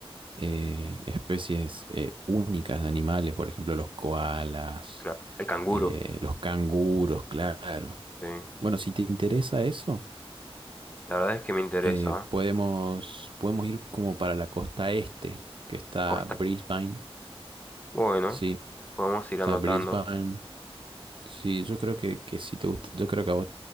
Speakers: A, on the right (about 55°); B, on the left (about 15°).
A: eh, especies eh, únicas de animales, por ejemplo, los koalas,
B: claro. El canguro,
A: eh, los canguros, claro.
B: sí.
A: Bueno, si te interesa eso,
B: La verdad es que me interesa,
A: eh,
B: ¿eh?
A: podemos, podemos ir como para la costa este, que está
B: Costa.
A: Brisbane.
B: Bueno,
A: Sí,
B: podemos ir
A: está
B: anotando.
A: Brisbane. Sí, yo creo que, que si te gusta, yo creo que a vos